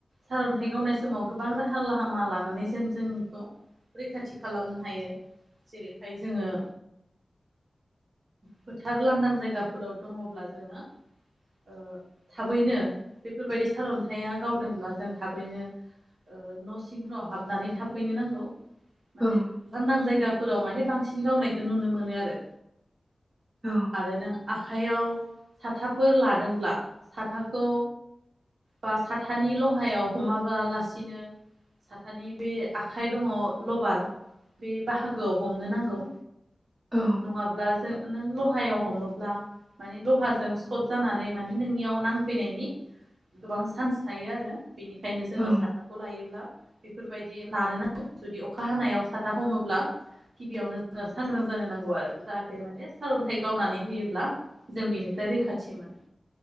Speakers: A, on the right; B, on the right.
A: सारन्थाइ गावनाय समाव गोबां राहा लाहामा लानानै जों जोंखौ रैखाथि खालामनो हायो जेरैहाय जोङो फोथार लांदां जायगाफोराव दङब्ला जोङो ओ थाबैनो बेफोरबायदि सारन्थायाइया गावदोंब्ला जों थाबैनो ओ न' सिंफोराव हाबनानै थाबफैनो नांगौ। माने
B: औ
A: लांदां जायगा फोराव माने बांसिन गावनायखौ नुनो मोनो आरो
B: औ
A: आरो नों आखाइयाव साथाफोर लादोंब्ला साथाखौ बा साथानि लहायाव हमाबालासिनो साथानि बे आखाइ दङ लबार बे बाहागोआव हमनो नांगौ।
B: औ
A: नङाब्ला जों नों लहायाव हमोब्ला माने लहाजों सट जानानै मान नोंनियाव नांफैनायनि गोबां चान्स थायो आरो बेनिख खायनो जोङो
B: औ
A: साथाखौ लायोब्ला बेफोरबायदि लानो नाङा जुदि अखा हानायाव साथा हमोब्ला गिबियावनो जोङो सांग्रां जानो नांगौ आरो जाहाथे माने सारअन्थाइ गावनानै होयोब्ला जों बेनिफ्राय रैखाथि मोनो।